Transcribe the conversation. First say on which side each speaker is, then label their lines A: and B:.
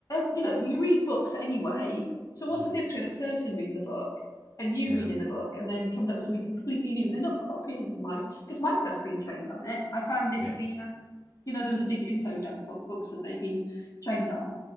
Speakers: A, on the left (about 45°); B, on the left (about 20°).
A: you know, you read books anyway. So what's
B: mhm.
A: the difference between a person reading the book and you
B: Yeah.
A: reading the book and then coming up with something completely new? They're not copying my, because my stuff's been trained on it. I found it
B: Yep.
A: in the, um, you know, there was a big info dump of books that they've been trained on